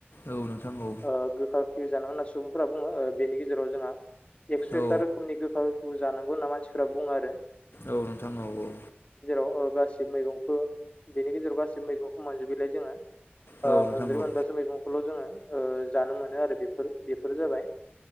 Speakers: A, on the left (about 65°); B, on the left (about 30°).
A: औ नोंथां औ
B: ओ गोखा गोखै जांगो सुबुंफोरा बुङो बेनि गेजेराव जोंहा एकस'
A: औ
B: एकता रोखोमनि गोखा जानांगौ होनना मानसिफ्रा बुङो आरो
A: औ नोंथां औ औ
B: औ गासिबो मैगंखौ बिनि गेजेराव गासैबो मैगंखौ मोनजोबैलाय जोङो
A: औ
B: ओ
A: नोंथां
B: मोनब्रै
A: औ
B: मोनबासो मैगंखौल' जोङो ओ जानो मोनो आरो बेफोर बेफोरो जाबाय